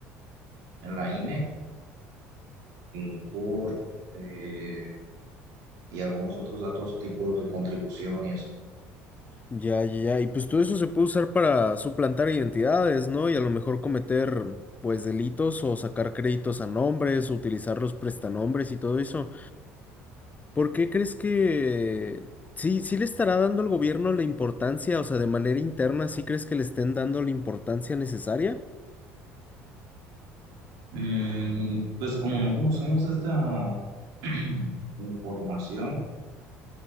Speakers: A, on the right (about 75°); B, on the left (about 25°).
A: en la INE, eh, CUR, eh, y algunos otros datos, tipos de contribución y así.
B: Ya, ya, ya, y pues todo eso se puede usar para suplantar identidades, ¿no? Y a lo mejor cometer, pues, delitos o sacar créditos a nombres, o utilizar los prestanombres y todo eso. ¿Por qué crees que sí, sí le estará dando al gobierno la importancia, o sea, de manera interna, sí crees que le estén dando la importancia necesaria?
A: Mm, pues como no conocemos esta <clears throat> Información.